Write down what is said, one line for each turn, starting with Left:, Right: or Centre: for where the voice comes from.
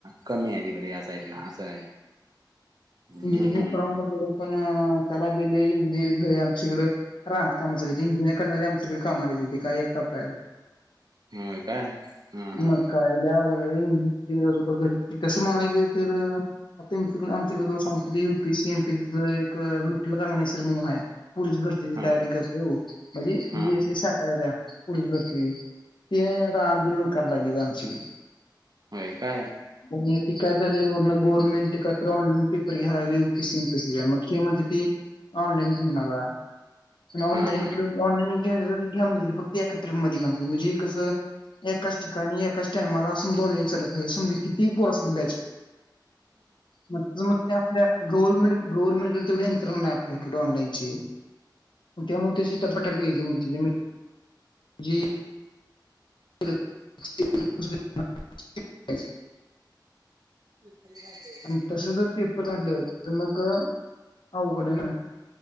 Right: कमी आहेत इकडं या साईडला, असं आहे.
Left: इंजिनिअरिंग
Right: म्हणून
Left: कराव म्हनलेलो. पण, त्याला बि लय इंजिनिअरिंग घर, आमच्याकडे राहत कामाचा इंजिनिअरंग करणार. तिकडे कामाला ऐकण्याची,, काय एकच आय.
Right: होय काय? हा हा
Left: मग काय लय आवगड आय रे तसं मानायला गेलं तर आमच्याकडे तुला सांगतो, U P C M, P च एक विठ्ठल कगणेसर मनुन हाय पोलीस भरतीची
Right: हा
Left: तयारी करतय, हो, म्हणजे
Right: हा
Left: शाखा आहे. पोलीस भरती, ते आता आंदोलन करायला लागलेत आमचे.
Right: होय काय?
Left: पण ते काय झाले वर्ण गव्हर्मेंट काय तर ऑनलाईन पेपर घ्याय लागलेय यू, पी, सी, सी मग ते म्हणत ते ऑनलाईन घेऊ नका. ऑनलाइन
Right: हा हा
Left: घेतल ऑनलाईन घ्या म्हणे फक्त एकात्रीत मध्ये घ्या म्हणजे कसं एकाच ठिकाणी, एकाच टाईमाला समदी बोलून चालत नाही समज किती पोर असली बॅच मग, मग ते आपल्या गव्हर्मेंट, गव्हर्मंटडे कडे तेवढी इन्कम नाही आपल्या इकडे ऑनलाईनची. त्यामुळे त्याशी टप्प्याटप्प्याने घ्यायचे, म्हणजे जी स <unintelligible>
Right: तरी जातयऽ <unintelligible>
Left: आणि तसं जर पेपर झाल, तर मग अवगड हाय ना.